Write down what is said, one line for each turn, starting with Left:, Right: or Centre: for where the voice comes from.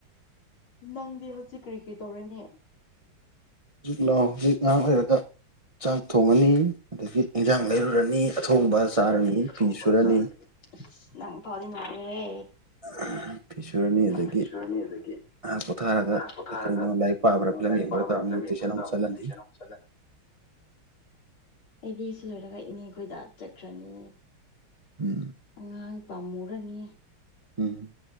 Left: ꯅꯪꯗꯤ ꯍꯧꯖꯤꯛ ꯀꯔꯤ ꯀꯔꯤ ꯇꯧꯔꯅꯤ
Right: ꯍꯧꯖꯤꯛ ꯂꯥꯛꯑꯣ ꯍꯧꯖꯤꯛ ꯉꯥꯏꯍꯥꯛ ꯑꯣꯏꯔꯒ ꯆꯥꯛ ꯊꯣꯡꯉꯅꯤ ꯑꯗꯒꯤ ꯏꯟꯖꯥꯡ ꯂꯩꯔꯨꯔꯅꯤ ꯑꯊꯣꯡꯕ
Left: ꯏꯔꯨꯔꯅꯤ
Right: ꯆꯥꯔꯅꯤ
Left: ꯑꯊꯣꯡꯕ
Right: ꯐꯤ ꯁꯨꯔꯅꯤ
Left: ꯆꯥꯔꯅꯤ ꯅꯪ ꯐꯥꯎꯗꯤꯅꯔꯔꯦ
Right: <inaudible> ꯑꯗꯒꯤ
Left: ꯇ꯭ꯔꯤꯁꯣꯔꯅꯤ ꯂꯩꯗꯒꯤ
Right: ꯉꯥꯏꯍꯥꯛ ꯄꯣꯊꯥꯔꯒ
Left: ꯑꯥ ꯄꯣꯊꯥꯔꯒ
Right: ꯀꯩ ꯀꯩꯅꯣ ꯂꯥꯏꯔꯤꯛ
Left: ꯀ
Right: ꯄꯥꯕ꯭ꯔꯥ
Left: ꯀꯩꯅꯣ
Right: ꯐꯤꯂꯝ
Left: ꯂꯥꯏꯔꯤꯛ
Right: ꯌꯦꯡꯕ꯭ꯔꯥ
Left: ꯄꯥꯕ꯭ꯔꯥ
Right: ꯇꯧꯔꯅꯤ
Left: ꯐꯤꯂꯝ ꯌꯦꯡꯕ꯭ꯔꯥ
Right: ꯇꯨꯏꯁꯟ ꯑꯃꯨꯛ
Left: ꯇꯧꯔꯅꯤꯁ
Right: ꯆꯠꯂꯅꯤ
Left: ꯑꯃꯨꯛ ꯆꯠꯂꯅꯤ
Right: <inaudible>
Left: ꯑꯩꯗꯤꯁꯨ ꯂꯣꯏꯔꯒ ꯏꯅꯦ ꯈꯣꯏꯗ ꯆꯠꯈ꯭ꯔꯅꯤ
Right: ꯎꯝ
Left: ꯑꯉꯥꯡ ꯄꯥꯝꯃꯨꯔꯅꯤ
Right: ꯎꯝ